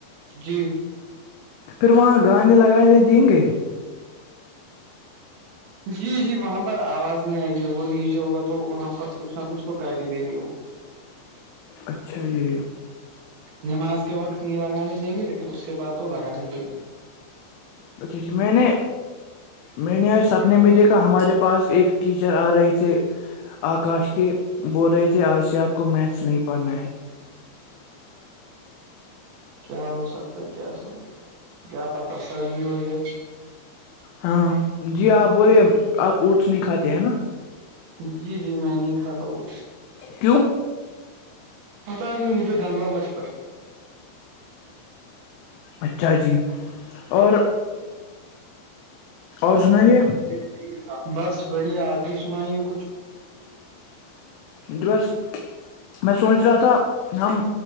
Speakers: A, on the right; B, on the left.
A: جی
B: پھر وہاں گاندے لگا دیں گے
A: جی جی وہاں پر آواز نہیں آئے گی وہ نیچے ہوگا تو وہاں پر کچھ نہ کچھ تو کر ہی دیں گے وہ
B: اچھا جی
A: نماز کے وقت نہیں لگانے دیں گے لیکن اس کے بعد تو لگانے دیں گے
B: اچھا جی میں نے میں نے آ سپنے میں دیکھا ہمارے پاس ایک ٹیچر آ رہے تھے آکاش کے بول رہے تھے آج سے آپ کو میتھس نہیں پڑھنا ہے
A: کیا ہو سکتا ہے کیا سب کیا پتا سچ بھی ہو جائے
B: ہاں جی آپ آپ اوٹس نہیں کھاتے ہیں نا
A: جی جی میں نہیں کھاتا وہ
B: کیوں
A: اچھا ہمیں مجھے گانداؤ لگتا
B: اچھا جی اور اور سنائیے
A: مت کیتلی <unintelligible> بس بڑھیا آپ ہی سنائیں گے کچھ
B: ج بس میں سوچ رہا تھا ہم